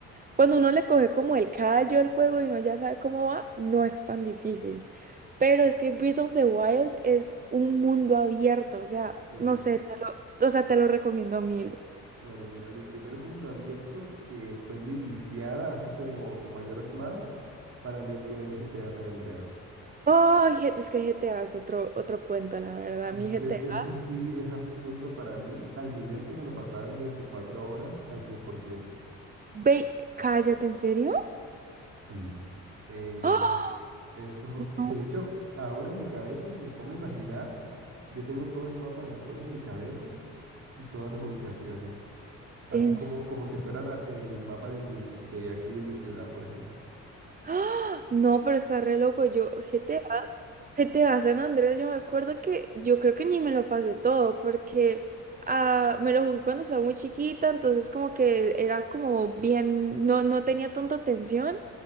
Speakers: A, on the right (about 30°); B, on the right (about 50°).
A: cuando uno le coge como el callo al juego y uno ya sabe cómo va, no es tan difícil. Pero es que Breath of the Wild es un mundo abierto, o sea,
B: sí.
A: no sé, te lo- o sea, te lo recomiendo a mil.
B: Bueno, mira, mi primer mundo abierto, que fue mi viciada, así como tu mayoras Mask, para mí fue el GTA San Andreas.
A: Ay, G- es que GTA es otro, otro cuento, la verdad,
B: Ese,
A: mi GTA.
B: ese sí es absurdo para mí, al nivel que me lo pasaba en 24 horas al 100%.
A: Ve, cállate, ¿en serio?
B: Sí. Eh,
A: ¡Ah!
B: eso,
A: No.
B: de hecho, ahora en mi cabeza, si me pongo a imaginar, yo tengo todo el mapa del juego en mi cabeza y todas las ubicaciones, así
A: En...
B: como,
A: s-
B: como si fuera la- el mapa de mi, de aquí de mi ciudad, por ejemplo.
A: ¡Ah! No, pero está re loco. Yo, GTA, GTA San Andreas, yo me acuerdo que yo creo que ni me lo pasé todo porque ah, me lo jugué cuando estaba muy chiquita, entonces como que era como bien, no, no tenía tanta atención,